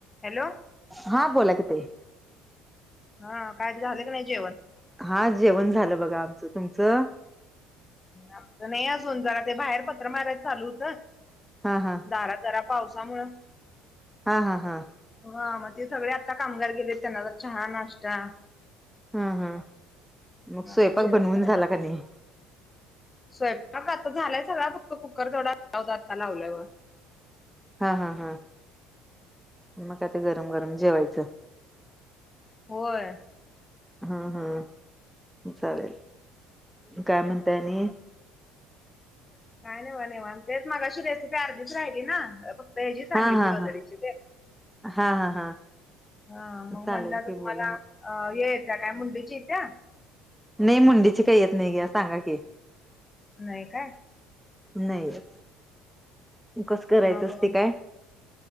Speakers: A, on the left (about 20°); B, in the centre.
A: Hello
B: हा बोला की ताई
A: हा काय ते झालं की नाही जेवण?
B: हा जेवण झालं बघा तुमचं.
A: आमच नाही असून जरा ते बाहेर पत्र मारा च चालू होतं.
B: हा हा!
A: दारात जरा पावसामुळं
B: हा हा हा!
A: ह मग ते सगळे आता कामगार गेले त्यांना तर चहा नाष्टा.
B: हम हम, मग
A: आता
B: स्वयंपाक
A: जेवण
B: बनवून
A: करायचं
B: झाला का नाही?
A: स्वयंपाक आता झालाय सगळा फक्त कुकर तेवढा लाव आता लावलाय बघा.
B: हा हा हा मग आ ते गरम गरम जेवायचं.
A: होय.
B: हं हं चालेल काय म्हणतायनी?
A: काय नाही बा नीवांत तेच मग अशी रेसिपी अर्धीच राहिली ना. हजी सांगितली
B: हा हा
A: वदळीची
B: हा
A: ते.
B: हा हा हा
A: हा मग
B: चालेल
A: म्हणलं तर
B: की बोला
A: तुम्हाला
B: मग
A: या येत्या काय मुंडेची येत्या.
B: नाही मुंडीची काही यत नाही घ्या सांगा की.
A: नाही काय
B: नाही येत कसं करायचं
A: मग
B: असते काय.